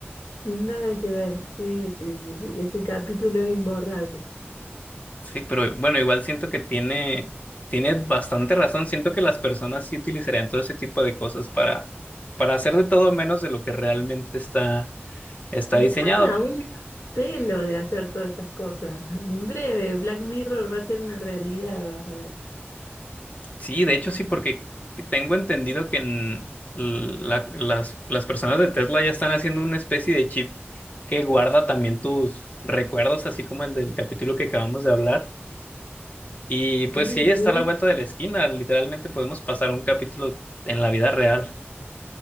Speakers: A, on the left; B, on the left.
A: Nada que ver, sí, sí, sí, sí, ese capítulo es imborrable.
B: Sí, pero bueno, igual siento que tiene, tiene bastante razón. Siento que las personas sí utilizarían todo ese tipo de cosas para, para hacer de todo menos de lo que realmente está, está diseñado.
A: Están a un pelo de hacer todas esas cosas. En breve, Black Mirror va a ser una realidad, vas a ver.
B: Sí, de hecho sí, porque tengo entendido que en la- las, las personas de Tesla ya están haciendo una especie de chip que guarda también tus recuerdos, así como el del capítulo que acabamos de hablar. Y
A: Sí,
B: pues sí, está
A: y en
B: a la vuelta
A: es-
B: de la esquina. Literalmente podemos pasar un capítulo en la vida real.